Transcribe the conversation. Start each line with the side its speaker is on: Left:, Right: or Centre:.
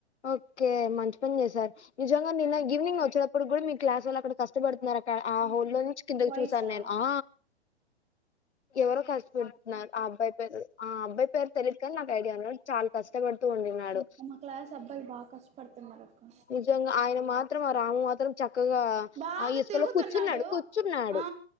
Left: ఓకే మంచి పని చేశారు నిజంగా నిన్న ఈవినింగ్ వచ్చేదప్పుడు కూడా మీ క్లాస్ వాల్ల అక్కడ కష్టపడుతున్నారు అక్కడ ఆ హోల్లో లో నుంచి కిందకి
Right: బాయ్సా
Left: చూశా నేను ఆ ఎవరో కష్టపడుతున్నారు ఆ అబ్బాయి పేరు ఆ అబ్బాయి పేరు తెలిదు కానీ నాకు ఐడియా ఉన్నాడు చాలా కష్టపడుతూ ఉండిన్నాడు
Right: మా క్లాస్ అబ్బాయిలు బాగా కష్టపడుతున్నారు అక్క
Left: నిజంగా ఆయన మాత్రం ఆ రాము మాత్రం చక్కగా
Right: బాగా
Left: ఆ ఇసుకలో
Right: తిరుగుతున్నాడు
Left: కూర్చున్నాడు కూర్చున్నాడు
Right: ఆ